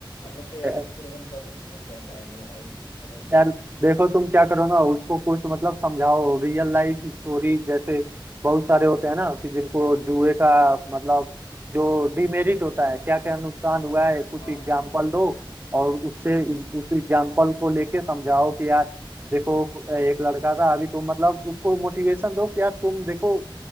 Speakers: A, on the left; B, on the right.
A: हम लोग तो यार
B: या-
A: बिल्कुल एकदम कर्ज में डूब गए जाएंगे भाई कसम
B: यार
A: से
B: देखो तुम क्या करो ना उसको कुछ मतलब समझाओ रियल लाइफ स्टोरी जैसे बहुत सारे होते हैं ना कि जिनको जुए का मतलब जो डिमेरिट होता है क्या क्या नुकसान हुआ है कुछ
A: हाँ
B: एग्जाम्पल
A: हाँ
B: दो और उससे
A: हम्म,
B: उस एग्जाम्पल को लेके समझाओ कि यार देखो एक लड़का था अभी तुम मतलब उसको मोटिवेशन दो कि यार तुम देखो